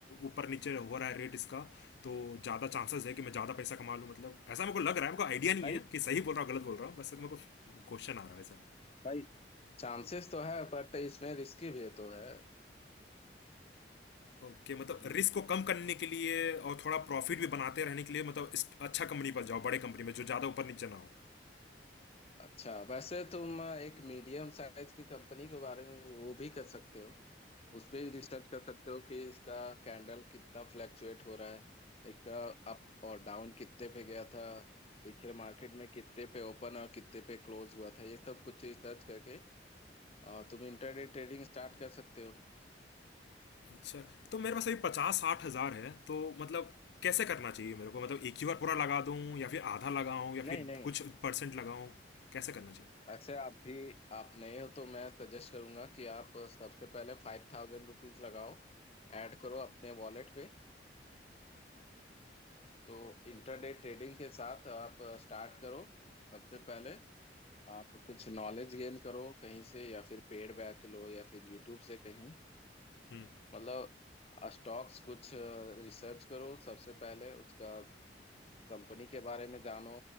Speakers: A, on the left; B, on the left.
A: ऊपर नीचे हो रहा है रेट इसका तो ज़्यादा चांसेस है कि मैं ज़्यादा पैसा कमा लूँ मतलब ऐसा मेरे को लग रहा है मेरे को आइडिया नहीं
B: भाई
A: है कि सही बोल रहा हूँ गलत बोल रहा हूँ बस मेरे को क्वेश्चन आ रहा है ऐसा
B: भाई चांसेस तो है बट इसमें रिस्की भी तो है
A: ओके okay, मतलब
B: हम्म
A: रिस्क को कम करने के लिए और थोड़ा प्रॉफिट भी बनाते रहने के लिए मतलब इस अच्छा कंपनी पर जाओ बड़े कंपनी में जो ज़्यादा ऊपर नीचे ना हो
B: अच्छा वैसे तुम एक मीडियम साइज की कंपनी के बारे में वो भी कर सकते हो उस पे भी रिसर्च कर सकते हो कि इसका कैंडल कितना फ्लैक्चुएट हो रहा है इसका अप और डाउन कितने पे गया था पिछले मार्केट में कितने पे ओपन और कितने पे क्लोज हुआ था ये सब कुछ रिसर्च करके अ, तुम इंटरडे ट्रेडिंग स्टार्ट कर सकते हो
A: अच्छा तो मेरे पास अभी पचास साठ हज़ार है तो मतलब कैसे करना चाहिए मेरे को मतलब एक ही बार पूरा लगा दूं या फिर आधा लगाऊं या
B: नहीं
A: फिर
B: नहीं
A: कुछ परसेंट लगाऊं कैसे करना चाहिए
B: वैसे आप भी आप नए हो तो मैं सजेस्ट करूंगा कि आप सबसे पहले फाइव थाउजेंड रुपीज लगाओ ऐड करो अपने वॉलेट पे तो इंटरडे ट्रेडिंग के साथ आप स्टार्ट करो सबसे पहले आप कुछ नॉलेज गेन करो कहीं से या फिर पेड बैच लो या फिर यूट्यूब से कहीं
A: हम्म
B: मतलब स्टॉक्स कुछ रिसर्च करो सबसे पहले उसका कंपनी के बारे में जानो